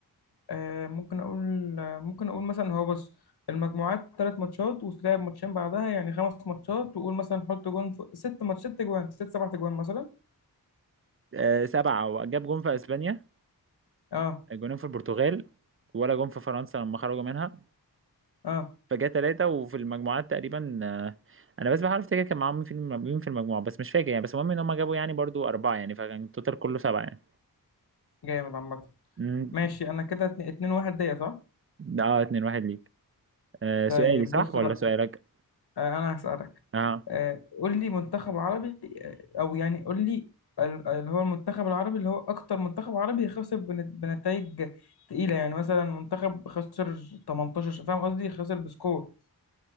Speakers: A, on the left (about 80°); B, on the right (about 35°).
A: آه، ممكن اقول آه، ممكن اقول مثلا هو بص المجموعات ثلاث ماتشات وتلعب ماتشين بعدها يعني خمس ماتشات وقول مثلا حط جون في ست ماتشات ست جوان ست سبع جوان مثلا
B: آه سبعه وجاب جون في اسبانيا
A: اه
B: جونين في البرتغال ولا جون في فرنسا لما خرجوا منها
A: اه
B: فجاء ثلاثه وفي المجموعات تقريبا آه انا بس بحاول افتكر كان معاهم مين في الم- مين في المجموعه بس مش فاكر يعني بس المهم ان هم جابوا يعني برضو اربعه يعني فكان التوتال كله سبعه يعني
A: جامد عامة
B: مم.
A: ماشي انا كده اتنين اتنين واحد ليا صح؟
B: اه 2 1 ليك آه
A: طيب
B: سؤالي صح
A: بص
B: ولا
A: بقى
B: سؤالك
A: آه، انا هسألك
B: اه
A: آه، قول لي منتخب عربي آه، او يعني قول لي ال- اللي هو المنتخب العربي اللي هو اكتر منتخب عربي خسر بنتائج تقيلة يعني مثلا منتخب خسر 18 فاهم قصدي خسر بسكور